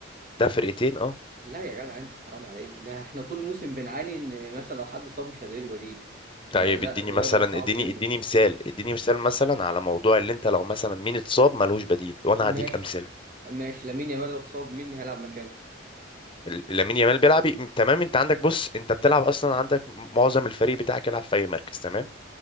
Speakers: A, on the left (about 25°); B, on the right (about 45°).
A: ده فرقتين اه
B: لا يا جدع انت حرام عليك ده احنا طول الموسم بنعاني ان مثلا لو حد صاب مش هنلاقي البديل ده
A: طيب
B: لا
A: اديني
B: الوضع
A: مثلا
B: صعب
A: اديني
B: جدا
A: اديني مثال اديني مثال مثلا على موضوع اللي انت لو مثلا مين اتصاب ملوش بديل وانا
B: ماشي
A: هديك امثله
B: ماشي لامين يامال لو اتصاب مين هيلعب مكانه؟
A: ال- لامين يامال بيلعب ي- تمام انت عندك بص انت بتلعب اصلا عندك معظم الفريق بتاعك يلعب في اي مركز تمام